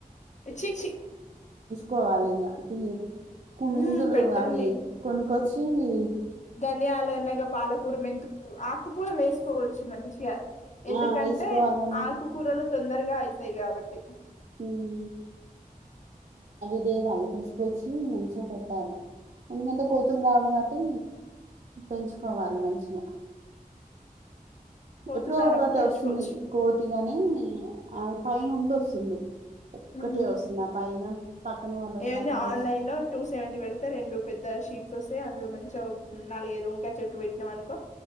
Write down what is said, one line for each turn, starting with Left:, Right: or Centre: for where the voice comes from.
Left: చి చి
Right: కోవాలి ఇంగ కుందులు
Left: మ్మ్ పెట్టండి
Right: ఆ అయి కొనుకచ్చు ఇన్నిఈ
Left: ధనియాలు అన్నగ పాలకూర మెన్ ఉప్పు ఆకుకూర లేసుకోవచ్చు మంచిగా ఎందుకంటే
Right: ఆ వేసుకోవాలండి
Left: ఆకుకూరలు తొందర్ గా ఇస్తాయి కావట్టి
Right: హ్మ్. అదే వాళ్ళు తీసుకొచ్చి మంచిగా పెట్టాలి ఎందుకంటే కోతులు రావు కాట్టి పెంచుకోవాలి మంచిగా
Left: కోతులు
Right: ఎప్పుడో
Left: రానప్పుడు
Right: ఒకటి
Left: పెంచుకోవచ్చు
Right: వస్తుంది కోతి గాని ఇ ఆ పై నుండి వస్తుంది ఒక్కటే
Left: ఉ
Right: వస్తుంది ఆ పైన పక్కన వాళ్ళ స్లాప్
Left: ఏమైంది
Right: నుంచి.
Left: ఆన్లైన్ లో టూ సెవెంటీ పెడితే రెండు పెద్ద షీట్స్ వస్ పె అందులో మంచిగా నాలుగు ఐదు వంకాయ చెట్లు వెట్టినం అనుకో